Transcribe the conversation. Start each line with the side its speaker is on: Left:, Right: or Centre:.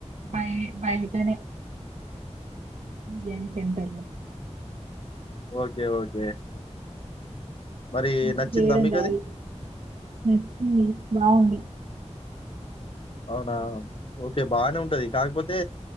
Right: బయ బయటనే బిర్యానీ తింటా
Left: ఓకే ఓకే మరి
Right: ఇంట్ల
Left: నచ్చిందా
Right: చేయడం
Left: మీకది?
Right: రాదు నచ్చింది బాగుంది
Left: అవునా ఓకే బానే ఉంటది కాకపోతే